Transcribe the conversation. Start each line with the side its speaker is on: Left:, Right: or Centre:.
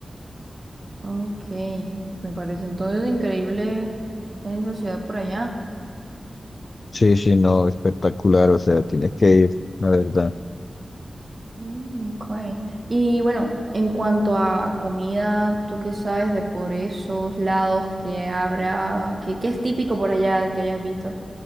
Right: Ok, me parece entonces increíble esa ciudad por allá.
Left: Sí, sí, no, espectacular, o sea, tienes que ir, la verdad.
Right: Mm, Okay. Y bueno, en cuanto a, a comida, ¿tú qué sabes de por esos lados que habrá, que, que es típico por allá que hayas visto?